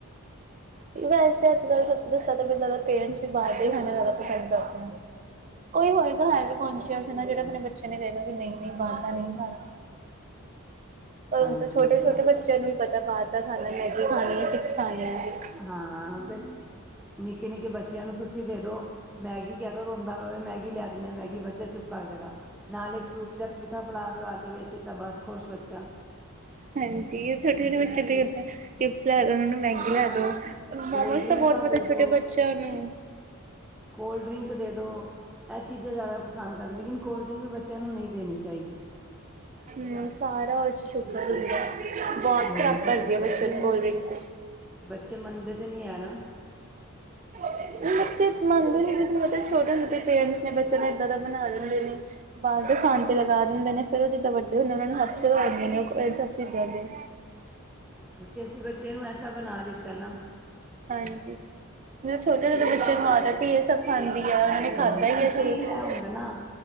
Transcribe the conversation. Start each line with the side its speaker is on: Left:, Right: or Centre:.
Right: ਵੈਸੇ ਅੱਜ ਕੱਲ੍ਹ ਸੱਚ ਦਸਾਂ ਤੇ ਮੈਨੂੰ ਲੱਗਦੈ ਪੇਰੈਂਟਸ ਵੀ ਬਾਰ ਦੇ ਖਾਣਾ ਜ਼ਿਆਦਾ ਪਸੰਦ ਕਰਦੇ ਆ। ਕੋਈ ਹੋਏਗਾ ਹੈਲਥ ਕੋਂਸ਼ਿਅਸ ਜੇੜਾ ਆਪਣੇ ਬੱਚਿਆਂ ਨੂੰ ਕਏਗਾ ਵੀ ਨਈਂ-ਨਈਂ ਬਾਰ ਦਾ ਨੀ ਖਾਣਾ। ਪਰ
Centre: ਹਾਂਜੀ
Right: ਹੁਣ ਤੇ ਛੋਟੇ
Centre: ਹਾਂਜੀ
Right: ਛੋਟੇ ਬੱਚੇ ਚਿਆਂ ਨੂੰ ਵੀ ਪਤਾ ਬਾਰ ਦਾ ਖਾਣਾ, ਮੈਗੀ ਖਾਣੀ ਏ, ਚਿਪਸ ਖਾਣੀ ਐ।
Centre: ਹਾਂ ਤੇ, ਨਿੱਕੇ-ਨਿੱਕੇ ਬੱਚੇਆਂ ਨੂੰ ਤੁਸੀਂ ਦੇ ਦੋ ਮੈਗੀ ਕੈ ਦੋ ਰੋਂਦਾ ਵੇ ਮੈਗੀ ਲਿਆ ਦਿੰਨੀ ਆ, ਮੈਗੀ ਬੱਚੇ ਚੁੱਪ ਕਰਜੇਗਾ। ਨਾਲੇ ਇੱਕ ਫਰੂਟੀ ਦਾ ਠੂਠਾ ਫੜਾ ਦਿਓ ਹੱਥ ਦੇ ਵਿੱਚ ਤਾਂ ਬਸ ਖੁਸ਼ ਬੱਚਾ।
Right: ਹਾਂਜੀ, ਓ ਛੋਟੇ-ਛੋਟੇ ਬੱਚੇ ਦੇ ਚਿਪਸ ਲੈ ਦੋ ਓਨਾਂ ਨੂੰ ਮੈਗੀ ਲੇਆ ਦੋ, ਮੋਮੋਸ
Centre: ਕੋਲਡ ਡਰਿੰਕਾਂ
Right: ਤਾਂ ਬੋਤ ਪਤਾ
Centre: ਦੇ
Right: ਛੋਟੇ
Centre: ਦੋ
Right: ਬੱਚੇਆਂ ਨੂੰ
Centre: ਕੋਲਡ ਡਰਿੰਕ ਦੇ ਦੋ, ਐ ਚੀਜ਼ਾਂ ਜਾਦਾ ਪਸੰਦ ਕਰਦੇ ਨੇ ਲੇਕਿਨ ਕੋਲਡ ਡਰਿੰਕ ਵੀ ਬੱਚੇਆਂ ਨੂੰ ਨਈ ਦੇਨੀ ਚਾਈਦੀ।
Right: ਹੂੰ ਸਾਰਾ ਓ ਚ ਸੂਗਰ ਹੁੰਦਾ ਬੋਤ
Centre: ਹਮ
Right: ਖ਼ਰਾਬ
Centre: ਕਿਉਂਕਿ
Right: ਕਰਦੀ ਆ
Centre: ਬੱਚੇ
Right: ਬੱਚੇਆਂ ਨੂੰ ਕੋਲਡ ਡਰਿੰਕ ਤੇ।
Centre: ਬੱਚੇ ਮੰਨਦੇ ਤੇ ਨਈ ਹੈ ਨਾ।
Right: ਬੱਚੇ ਮੰਨਦੇ ਨੀ ਲੇਕਿਨ ਮਤਲਬ ਛੋਟੇ ਹੁੰਦੇ ਤੇ ਪੇਰੈਂਟਸ ਨੇ ਬੱਚੇਆਂ ਨੂੰ ਏਦਾਂ ਦਾ ਬਨਾ ਦਿੰਦੇ ਨੇ। ਬਾਰ ਦੇ ਖਾਨ ਤੇ ਲਗਾ ਦਿੰਦੇ ਨੇ ਫੇਰ ਓ ਜਿੱਦਾਂ ਵੱਡੇ ਹੁੰਦੇ ਨੇ, ਓਨਾਂ ਨੂੰ ਹੈਬਚੁਅਲ ਹੋ ਜਾਂਦੇ ਨੇ ਓ ਏ ਸਬ ਚੀਜ਼ਾਂ ਦੇ।
Centre: ਕਿਓਂਕਿ ਅਸੀਂ ਬੱਚੇਆਂ ਨੂੰ ਐਸਾ ਬਨਾ ਦਿੱਤਾ ਐ ਨਾ।
Right: ਹਾਂਜੀ, ਹੁਨ ਛੋਟੇ ਜਦੋਂ
Centre: ਕਿਉਂਕਿ
Right: ਬੱਚੇ ਨੂੰ ਆਦਤ ਈ ਏ ਸਬ ਖਾਂਦੀ ਐ, ਓਨੇ
Centre: ਹਮ
Right: ਖਾਦਾ ਈ ਨੀ
Centre: ਕਿਉਂਕਿ
Right: ਸ਼ੁਰੂ
Centre: ਇਹ
Right: ਤੋਂ
Centre: ਹੁੰਦਾ ਨਾ